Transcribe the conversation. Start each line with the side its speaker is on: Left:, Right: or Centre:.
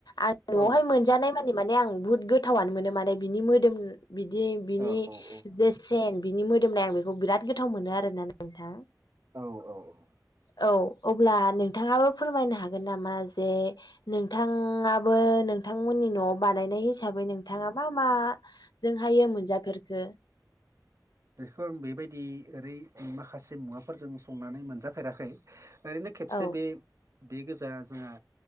Left: आं न'आवहाय
Right: औ
Left: मोनजानाय माने माने आं बुहुत गोथावनो मोनो माने बिनि मोदोम बिदि बिनि
Right: औ औ
Left: जे सेन बिनि मोदोमनाय आं बेखौ बिराद गोथाव मोनो आरोना नोंथां
Right: औ औ
Left: औ अब्ला नोंथाङा फोरमायनो हागोन नामा जे नोंथाङाबो नोंथांमोननि न'आव बानायनाय हिसाबै नोंथाङा मा मा जोंहायो मोनजाफेरखो
Right: बेखौ आं बेबायदि ओरै माखासे मुवाफोरजों संनानै मोनजाफेराखै ओरैनो खेबसे
Left: औ
Right: बे बे गोजा जोंहा